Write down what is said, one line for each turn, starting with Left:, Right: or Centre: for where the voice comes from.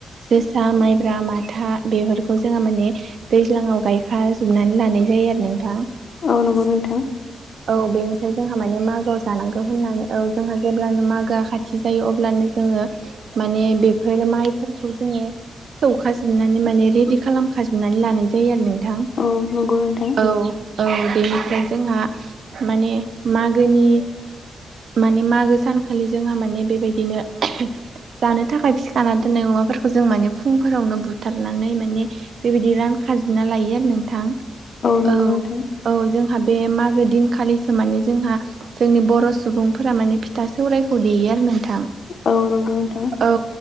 Right: जोसा माइब्रा माथा बेफोरखौ जोङो माने दैज्लाङाव गायखा जोबनानै लानाय जायो आरो नोंथां।
Left: औ नंगौ नोंथां।
Right: औ बेनिफ्राय जोंहा माने मागोआव जानांगौ होननानै औ जोंहा जेब्लानो मागोआ खाथि जायो अब्लानो जोङो माने बेफोर माइफोरखौ जोङो सौखाजोबनानै माने रेडि खालामखाजोबनानै लानाय जायो आरो नोंथां।
Left: औ नंगौ नोंथां।
Right: औ औ बेनिफ्राय जोंहा माने मागोनि माने मागो सानखालि जोंहा माने बेबायदिनो जानो थाखाय फिखाना दोननाय अमाफोरखौ जों माने फुंफोरावनो बुथारनानै माने बेबायदि रानखाजोबना लायो आरो नोंथां
Left: नंगौ
Right: औ
Left: नोंथां
Right: औ जोंहा बे मागो दिनखालिसो माने जोंहा जोंनि बर' सुबुं फोरा माने फिथा सौरायखौ देयो आरो नोंथां।
Left: औ नंगौ नोंथां।
Right: औ